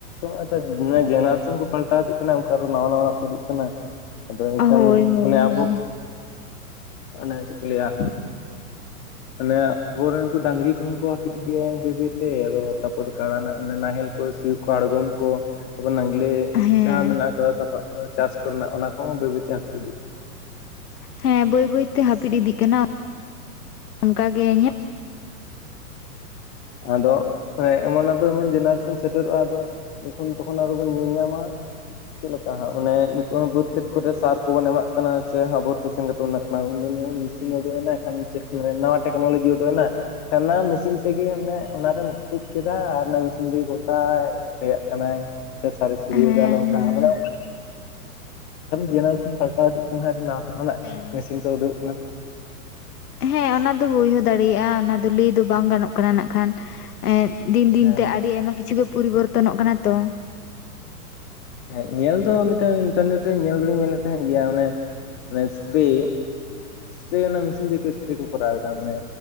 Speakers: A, on the left; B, on the left.
A: ᱟᱫᱚ ᱡᱮᱱᱟᱨᱮᱥᱚᱱ ᱠᱚ ᱯᱟᱞᱴᱟᱣ ᱤᱫᱤᱜ ᱠᱟᱱᱟ ᱚᱱᱠᱟ ᱫᱚ ᱱᱟᱣᱟ ᱱᱟᱣᱟᱱᱟᱜ ᱛᱩᱫᱩᱜ ᱠᱟᱱᱟ ᱟᱫᱚ ᱮᱱᱠᱷᱟᱱ
B: ᱦᱳᱭ ᱦᱳᱭ
A: ᱚᱱᱮ ᱟᱵᱚ
B: ᱦᱳᱭ
A: ᱚᱱᱮ ᱪᱮᱫ ᱠᱚ ᱞᱟᱹᱭ-ᱟ᱾ ᱚᱱᱮ ᱯᱚᱨ ᱩᱱᱠᱩ ᱰᱟᱝᱨᱤ ᱠᱚᱦᱚᱸ ᱠᱚ ᱦᱟᱯᱤᱫ ᱤᱫᱮᱭᱟ ᱵᱟᱹᱭ ᱵᱟᱹᱭᱛᱮᱫᱚ ᱛᱟᱨᱯᱚᱨ ᱠᱟ ᱱᱟᱦᱮᱞ ᱠᱚ ᱥᱤᱭᱳᱜ ᱠᱚ ᱟᱬᱜᱚᱢ ᱠᱚ ᱛᱠᱷᱚᱱ ᱱᱟᱜᱽᱞᱮ
B: ᱦᱮᱸ
A: ᱡᱟᱦᱟᱸ ᱢᱮᱱᱟᱜ ᱟᱠᱟᱫᱟ ᱥᱟᱯᱟᱵ ᱠᱚ ᱪᱟᱥ ᱠᱚᱨᱮᱱᱟᱜ ᱚᱱᱟ ᱠᱚᱦᱚᱸ ᱵᱟᱹᱭ ᱵᱟᱹᱭᱛᱮ ᱦᱟᱯᱤᱫ ᱤᱫᱤᱜ-ᱟ
B: ᱦᱮᱸ ᱵᱟᱹᱭ ᱵᱟᱹᱭᱛᱮ ᱦᱟᱹᱯᱤᱫ ᱤᱫᱤᱜ ᱠᱟᱱᱟ ᱚᱱᱠᱟᱜᱮ ᱤᱧᱟᱹᱜ
A: ᱟᱫᱚ ᱮᱢᱚᱱ ᱟᱫᱚ ᱮᱢᱚᱱ ᱡᱮᱱᱟᱨᱮᱥᱚᱱ ᱥᱮᱴᱮᱨᱚᱜ-ᱟ ᱟᱫᱚ ᱮᱠᱷᱚᱱ ᱛᱚᱠᱷᱚᱱ ᱟᱨᱚ ᱵᱤᱱ ᱧᱮᱞ ᱧᱟᱢᱟ ᱦᱟᱜ ᱪᱮᱫ ᱞᱮᱠᱟ ᱦᱟᱸᱜ ᱢᱟᱱᱮ ᱱᱤᱛᱚᱜ ᱦᱚᱸ ᱵᱟᱹᱫᱽ ᱠᱷᱮᱛ ᱠᱚᱨᱮ ᱥᱟᱨ ᱠᱚᱵᱚᱱ ᱮᱢᱟᱜ ᱠᱟᱱᱟ ᱥᱮ ᱟᱵᱚ ᱛᱮ ᱥᱮᱱ ᱩᱱᱟᱹᱜ <unintelligible> ᱢᱮᱥᱤᱱ ᱩᱰᱚᱜ ᱮᱱᱟ ᱮᱠᱷᱚᱱ ᱪᱮᱠ ᱱᱟᱣᱟ ᱴᱮᱠᱱᱳᱞᱚᱡᱤ ᱩᱰᱩᱜ ᱮᱱᱟ ᱚᱱᱟ ᱢᱮᱥᱤᱱ ᱛᱮᱜᱮ ᱢᱟᱱᱮ ᱚᱱᱟᱨᱮᱢ ᱛᱩᱫ ᱠᱮᱫᱟ ᱟᱨ ᱚᱱᱟ ᱢᱮᱥᱤᱱ ᱛᱮᱜᱮ ᱜᱚᱴᱟ ᱨᱮᱭᱟᱜ ᱠᱟᱱᱟᱭ ᱥᱮ ᱥᱟᱨᱮ ᱪᱷᱩᱲᱭᱟᱹᱣ
B: ᱦᱮᱸ
A: ᱫᱟ ᱱᱚᱝᱠᱟ
B: ᱦᱮᱸ
A: ᱢᱟᱱᱮ ᱡᱮᱱᱟᱨᱮᱥᱚᱱ ᱯᱟᱞᱴᱟᱣ ᱤᱫᱤᱜ ᱠᱟᱱᱟ ᱩᱱᱟᱹᱜ
B: ᱦᱮᱸ
A: ᱢᱮᱥᱤᱱ ᱠᱚ ᱩᱰᱩᱠᱼᱚᱜ ᱠᱟᱱᱟ
B: ᱦᱮᱸ ᱚᱱᱟ ᱫᱚ ᱦᱩᱭ ᱦᱚᱸ ᱫᱟᱲᱮᱭᱟᱜᱼᱟ ᱚᱱᱟ ᱫᱚ ᱞᱟᱹᱭ ᱫᱚ ᱵᱟᱝ ᱜᱟᱱᱚᱜ ᱠᱟᱱᱟ ᱱᱟᱜᱠᱷᱟᱱ ᱮᱸᱫ ᱫᱤᱱ ᱫᱤᱱ
A: ᱦᱮᱸ
B: ᱛᱮ ᱟᱹᱰᱤ ᱟᱭᱢᱟ ᱠᱤᱪᱷᱩ ᱜᱮ ᱯᱚᱨᱤᱵᱚᱨᱛᱚᱱᱼᱚᱜ ᱠᱟᱱᱟ ᱛᱚ᱾
A: ᱦᱮᱸ ᱧᱮᱞ ᱫᱚ ᱢᱤᱫᱴᱟᱝ ᱤᱱᱴᱟᱨᱱᱮᱴ ᱨᱮ ᱧᱮᱞ ᱫᱚᱞᱤᱧ ᱧᱮᱞᱮᱫ ᱛᱟᱦᱮᱸᱫ ᱜᱮᱭᱟ ᱢᱟᱱᱮ ᱡᱟᱥᱛᱤ ᱡᱟᱦᱟᱸ ᱢᱮᱥᱤᱱ ᱛᱮ ᱠᱚᱨᱟᱣ ᱮᱫᱟ ᱢᱟᱱᱮ